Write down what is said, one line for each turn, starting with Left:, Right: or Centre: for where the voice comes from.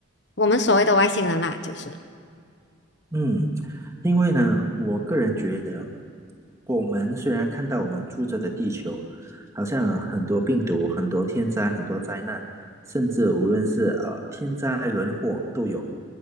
Left: 我们所谓的外星人啦，就是
Right: 嗯。因为呢，我个人觉得，我们虽然看到我们住着的地球，好像很多病毒、很多天灾、很多灾难，甚至无论是呃天灾人祸都有，